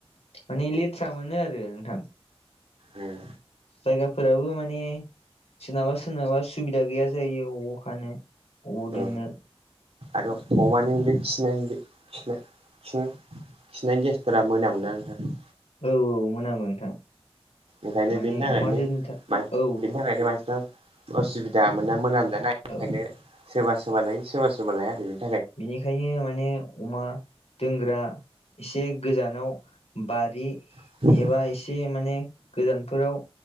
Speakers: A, on the left; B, on the right.
A: माने लेथ्रा मोनो आरो नोंथां
B: उम
A: जायगाफोराबो माने सोरनाबा सोरनाबा सुबिदा गैया जायो अ खानो बबाव
B: औ
A: दोननो
B: आरो अमानि बे खिनाय खिनाय खिन-खिनाय गेसफोरा मोनामोना नोंथां
A: औ औ मोनामो नोंथां
B: ओंखायनो
A: माने
B: बेनि थाखायनो
A: अमा दोननो था
B: मान
A: औ
B: बेनि थाखायनो मानसिफ्रा असुबिदा मोना मोनामजानायनि
A: औ
B: थाखायनो सोरबा सोरबा लायो सोरबा सोरबा लाया आरो
A: बेनिखायनो माने अमा दोनग्रा एसे गोजानाव बारि
B: थाखायनो
A: एबा एसे माने गोजानफोराव